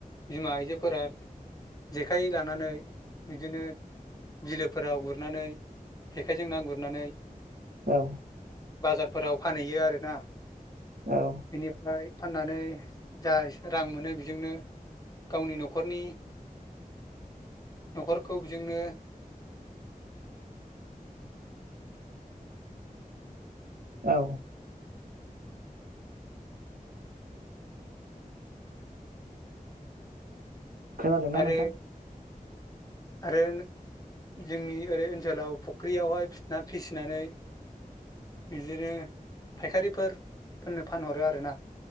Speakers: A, on the left (about 25°); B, on the right (about 75°).
A: बिमा आइजोफोरा जेखाइ लानानै बिदिनो बिलोफोराव गुरनानै जेखाइजों ना गुरनानै
B: औ
A: बाजारफोराव फानहैयो आरोना
B: औ
A: बेनिफ्राय फाननानै जा एसे रां मोनो बेजोंनो गावनि नखरनि न'खरखौ बेजोंनो <inaudible>
B: औ खोनादोंना
A: आरो
B: नोंथां
A: आरो जोंनि ओरै ओनसोलाव फुख्रियावहाय ना फिसिनानै बिदिनो फायखारिफोर फोरनो फानहरो आरोना।